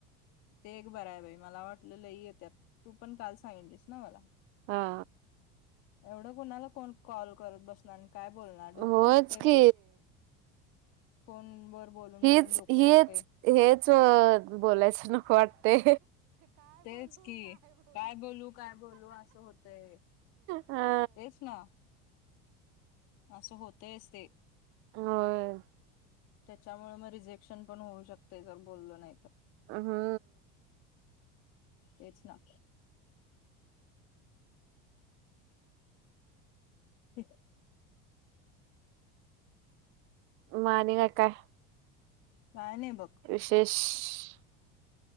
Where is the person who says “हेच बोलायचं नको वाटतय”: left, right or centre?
Right